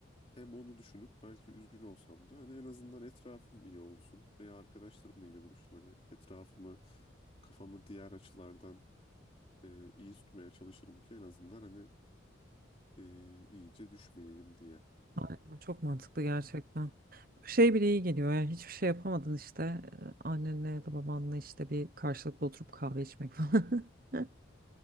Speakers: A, on the left; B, on the right.
A: hem onu düşünüp belki üzgün olsam da hani en azından etrafım iyi olsun veya arkadaşlarımla yine buluşurum. Hani etrafımı, kafamı diğer açılardan e, iyi tutmaya çalışırım ki en azından hani e, iyice düşmeyeyim diye.
B: Aynen, çok mantıklı gerçekten. Şey bile iyi geliyor ya hiçbir şey yapamadın işte eee, annenle ya da babanla işte bir karşılıklı oturup kahve içmek falan. <laughs>